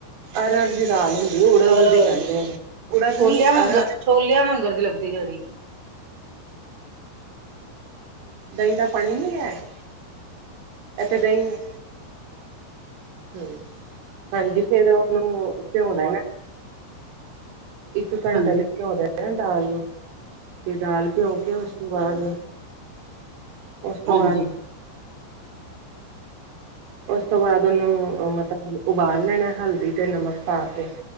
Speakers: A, on the right; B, on the right.
A: ਅਰਹਰ ਦੀ ਦਾਲ ਹੁੰਦੀ ਉੜਗ
B: ਅਰ
A: ਦੀ ਕਹਿੰਦੇ ਹਨ ਉੜਗ
B: ਛੋਲਿਆਂ
A: ਨਹੀ
B: ਵਾਂਗਰ
A: ਅਰਹਰ
B: ਛੋਲਿਆਂ ਵਾਂਗਰ ਦੇ ਲੱਗਦੀ ਜਿਹੜੀ
A: ਦਹੀਂ ਦਾ ਪਾਣੀ ਨੀ ਹੈ। ਇਥੇ ਦਹੀਂ- ਹਮ, ਹਾਂਜੀ ਫੇਰ ਉਹਨੂੰ ਭਿਉ ਦੇਣਾ - ਇਕ ਘੰਟਾ
B: ਹਾਂ
A: ਲਈ ਭਿਉ ਦੇਣਾ ਦਾਲ ਨੂੰ, ਤੇ ਦਾਲ ਭਿਉ ਕੇ ਉਸ ਤੋਂ ਬਾਅਦ ਉਸ ਤੋਂ
B: ਹਾਂਜੀ
A: ਬਾਅਦ- ਉਸ ਤੋਂ ਬਾਅਦ ਉਹਨੂੰ ਮਤਲਬ ਉਬਾਲ ਲੈਣਾ ਹਲਦੀ ਤੇ ਨਮਕ ਪਾ ਕੇ